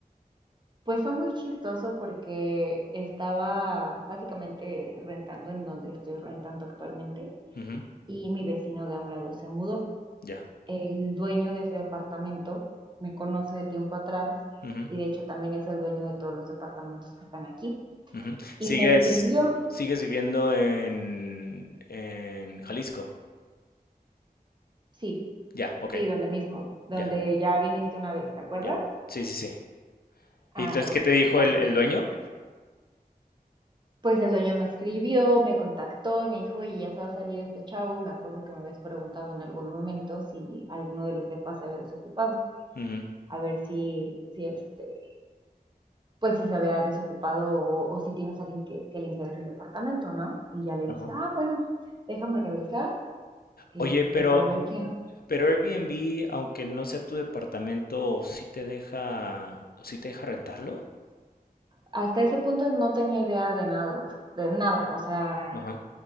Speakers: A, on the right (about 30°); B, on the left (about 75°).
A: Pues fue muy chistoso porque estaba básicamente rentando en donde estoy rentando actualmente
B: Ujú,
A: y mi vecino de a un lado se mudó.
B: ya.
A: El dueño de ese departamento me conoce de tiempo atrás
B: ujú,
A: y de hecho también es el dueño de todos los departamentos que están aquí.
B: ujú.
A: Y
B: ¿Sigues,
A: me escribió,
B: sigues viviendo en, en Jalisco?
A: sí,
B: Ya, ok,
A: sí, donde mismo, donde
B: ya, ya,
A: ya viniste una vez, ¿te acuerdas?
B: ya. Sí, sí, sí.
A: Ah,
B: ¿Y entonces
A: bueno,
B: qué te dijo
A: pues aquí.
B: el, el dueño?
A: Pues el dueño me escribió, me contactó, me dijo: "Oye, ya se va a salir este chavo, me acuerdo que me habías preguntado en algún momento si alguno de los depas se había desocupado,
B: Ujú,
A: a ver si si, este, pues, si se había desocupado o o si tienes a alguien que que le interese el departamento", ¿no? Y ya le dije:
B: ajá.
A: "Ah, bueno, déjame revisar, este,
B: Oye, pero,
A: para ver quién".
B: pero Airbnb, aunque no sea tu departamento, sí te deja, sí te deja rentarlo?
A: Hasta ese punto no tenía idea de nada de lo que de nada, o sea,
B: Ajá,